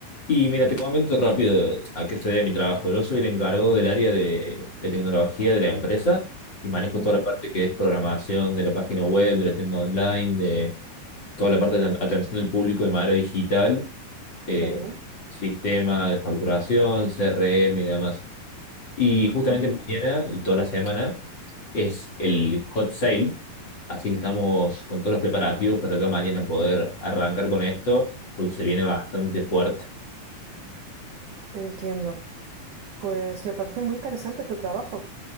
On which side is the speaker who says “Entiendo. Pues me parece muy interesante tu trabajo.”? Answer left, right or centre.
Right